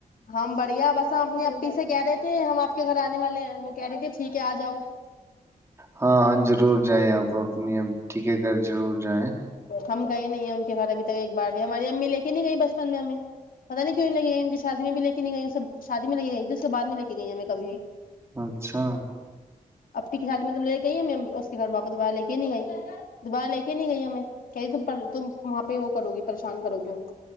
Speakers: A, on the left; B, on the right.
A: ہم بڑھیا بس ہم اپنی اپی سے کہہ رہے تھے ہم آ پکے گھر آنے والے ہیں وہ کہہ رہی تھیں ٹھیک ہے آ جاؤ
B: ہاں ہاں ضرور جائیں آپ اب ا اب ٹھیک ہے گ ضرور جائیں
A: ہم گئے نہیں ہیں ان کے گھر ابھی تک ایک بار بھی ہماری امی لے نہیں گئی بچپن میں ہمیں پتا نہیں کیوں نہیں لگ گئییں ان کی شادی میں بھی لے کے نہیں گئییںب شادی میں لگی گئییں تھی اس کے بع نہیں لے کے گئییں ہمیں کبھی بھی
B: اچھا
A: اپپ کھلاڑی میں تم لے گئی ہے میں اس کے کھاپ دوبارہ لے کی نہیں آئی دوبارہ لے کے نہیں گئی ہمیں کہہے ت تم وہاں پہ وہ کرو گی پریشان کرو گی ان کو